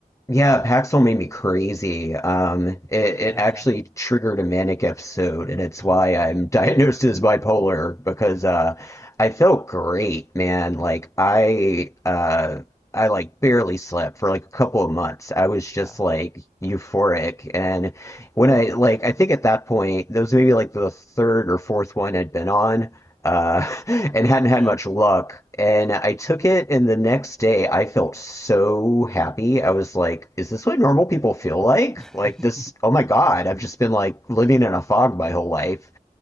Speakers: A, on the left; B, in the centre.
A: Yeah, Paxil made me crazy. Um, it, it
B: oh
A: actually
B: yeah
A: triggered a manic episode, and it's
B: oh
A: why I'm
B: man
A: <laughs> diagnosed as bipolar because uh, I felt great, man. Like I uh, I like barely slept for like a couple of months. I was just
B: oh
A: like euphoric. And when I like, I think at that point, that was maybe like the third or fourth one I'd been on, uh, <laughs> and hadn't had
B: yeah
A: much luck. And I took it, and the next day I felt so happy. I was like, is this what normal people feel like?
B: <laughs>
A: Like this, oh my God, I've just been like living in a fog my whole life.